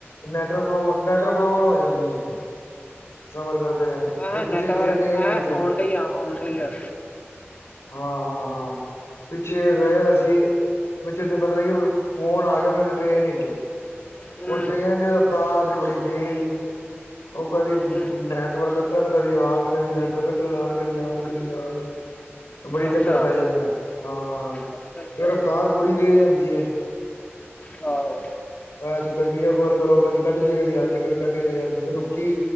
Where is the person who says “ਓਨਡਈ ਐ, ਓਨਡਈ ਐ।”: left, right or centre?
Left